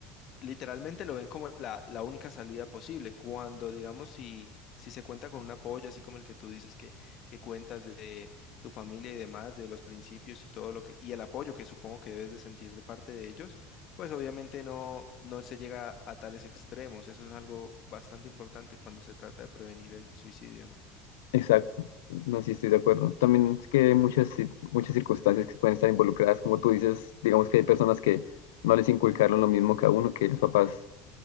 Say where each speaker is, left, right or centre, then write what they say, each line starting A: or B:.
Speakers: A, on the left (about 45°); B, on the left (about 65°).
A: literalmente lo ven como la, la única salida posible. Cuando, digamos, si, si se cuenta con un apoyo, así como el que tú dices que, que cuentas de tu familia y demás, de los principios y todo lo que, y el apoyo que supongo que debes de sentir de parte de ellos, pues obviamente no, no se llega a tales extremos. Eso es algo bastante importante cuando se trata de prevenir el suicidio, ¿no?
B: Exacto, no, sí estoy de acuerdo. También es que hay muchas, ci- muchas circunstancias que pueden estar involucradas, como tú dices, digamos que hay personas que no les inculcaron lo mismo que a uno, que los papás